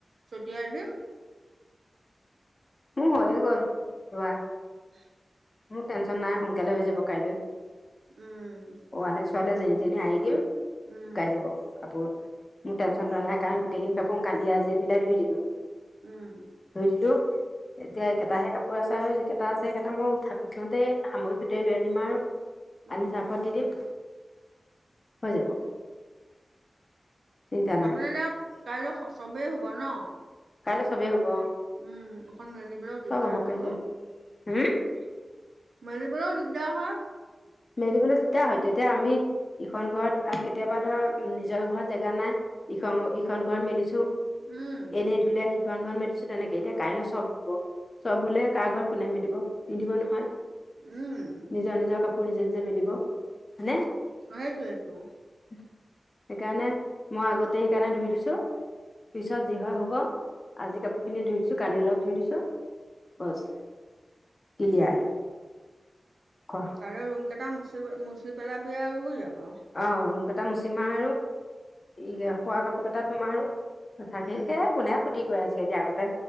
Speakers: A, on the right (about 85°); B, on the left (about 45°).
A: ছটিয়াই দিম।
B: মোৰ হৈয়ে গ'ল ধোৱা।
A: <inaudible>
B: মোৰ টেনশ্যন নাই, সোনকালে হৈ যাব কাইলৈ।
A: উম
B: ওৱালে চোৱালে যেনি তেনিয়ে আৰি দিম
A: উম
B: শুকাই যাব কাপোৰ। মোৰ টেনচন লোৱা নাই কাৰণ গোটেইখিনি কাপোৰ কালিয়ে আজিয়ে মিলাই ধুই দিলো।
A: উম
B: ধুই দিলো এতিয়া এইকেইটাহে কাপোৰ আছে আৰু যিকেটা আছে সেকেটা মও সিঁহতে সামৰি সুতৰি লৈ আনিম আৰু
A: উম
B: আনি চাৰ্ফত দি দিম। হৈ যাব। চিন্তা
A: তাৰমানে
B: নাই
A: যে কাইলে চবেই শুব ন?
B: কাইলৈ চবেই হ'ব অঁ
A: উম, অকন মেলিবলৈও
B: চব
A: দিগদাৰ
B: হ'ব
A: হয়
B: কাইলৈ
A: অ'।
B: হম
A: মেলিবলও দিগদাৰ হয়।
B: মেলিবলৈ দিগদাৰ হয়টো। এতিয়া আমি ইখন ঘৰত কেতিয়াবা ধৰ নিজৰ ঘৰত জেগা নাই ইখন ইখন ঘৰত মেলিছো।
A: উম
B: এনেই ধুলে সিখন ঘৰত মেলি দিছো তেনেকে এতিয়া কাইলৈ চব ধুব। চব হ'লে কাৰ ঘৰত কোনে মেলিব নিদিব নহয়।
A: উম।
B: নিজৰ নিজৰ কাপোৰ নিজে নিজে মেলিব। হয়নে?
A: সেইটোৱেইটো।
B: সেইকাৰণে মই আগতে সেইকাৰণে ধুই দিছো। পিছত যি হয় হ'ব, আজি কাপোৰ খিনি ধুই দিছো কালিৰ অলপ ধুই দিছো। বছ ক্লিয়াৰ ক'!
A: কাইলৈ ৰুম কেইটা মুচি মুচি পেলাবি আৰু, হৈ যাব।
B: অ' ৰুম কেইটা মচিম আৰু ই শোৱা কাপোৰ কেইটা ধুম আৰু। <unintelligible>
A: উম
B: কোনে সুধি কৰে আজিকালি, আগতে